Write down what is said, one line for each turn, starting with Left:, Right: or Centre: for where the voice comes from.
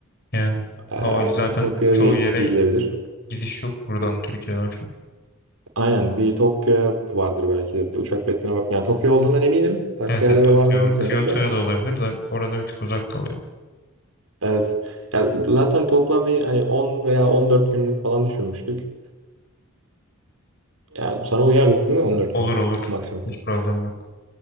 Left: Yani
Right: E,
Left: hava zaten
Right: Tokyo'ya
Left: çoğu
Right: bir
Left: yere
Right: gidilebilir.
Left: gidiş yok buradan Türkiye'den falan.
Right: Aynen bir Tokyo vardır belki de uçak biletine bak. Yani Tokyo olduğundan eminim. Başka
Left: Evet,
Right: yerlere
Left: evet Tokyo
Right: var mı
Left: var.
Right: bilmiyorum
Left: Kyoto'ya
Right: da.
Left: da olabilir de orada bir tık uzak kalıyor.
Right: Evet. Yani zaten toplam bir hani 10 veya 14 günlük falan düşünmüştük. Yani sana uyar değil mi 14
Left: Olur
Right: gün
Left: olur.
Right: maksimum?
Left: Hiç problem yok.